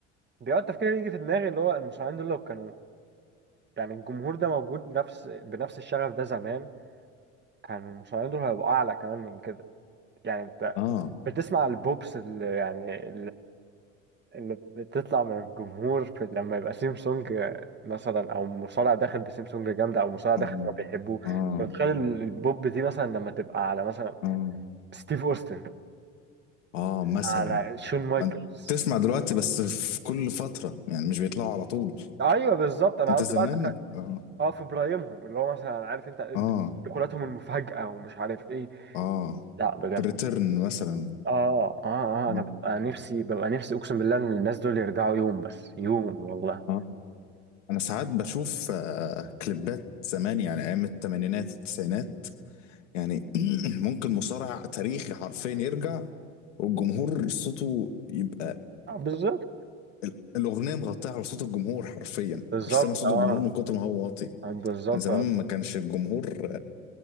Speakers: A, on the right (about 30°); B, on the left (about 75°).
A: بيقعد تفكير يجي في دماغي اللي هو المصارعين دول لو كانوا يعني الجمهور ده موجود نفس بنفس الشغف ده زمان كان المصارعين دول هيبقوا أعلى كمان من كده يعني انت
B: اه
A: بتسمع البوبس اللي يعني ان بتطلع من الجمهور في لما يبقى سيمسونج مثلا او مصارع داخل بسيمسونج جامده او مصارع
B: مم.
A: داخل ما بيحبوه
B: اه
A: انت متخيل البوب دي مثلا لما تبقى على مثلا
B: اه
A: ستيف اوستن
B: اه مثلا
A: على شون مايكلز
B: ما انت تسمع دلوقتي بس في كل فترة يعني مش بيطلعوا على طول
A: ايوه بالظبط انا
B: انت
A: قصدي
B: زمان
A: بقى تخ...
B: اه
A: اه في برايمهم اللي هو مثلا عارف انت
B: اه
A: دخولاتهم المفاجاه ومش عارف ايه
B: اه
A: لا بجد
B: في الريتيرن مثلا
A: اه اه اه انا
B: اه
A: ببقى نفسي ببقى نفسي اقسم بالله ان الناس دول يرجعوا يوم بس يوم والله
B: اه انا ساعات بشوف آه كليبات زمان يعني ايام الثمانينات التسعينات يعني <clears throat> ممكن مصارع تاريخي حرفيا يرجع والجمهور صوته يبقى
A: اه بالظبط
B: ال- الاغنيه مغطيه على صوت الجمهور حرفيا
A: بالظبط
B: مش سامع صوت
A: اه
B: الجمهور من كتر ما هو واطي
A: آه، بالظبط
B: يعني زمان ما كانش الجمهور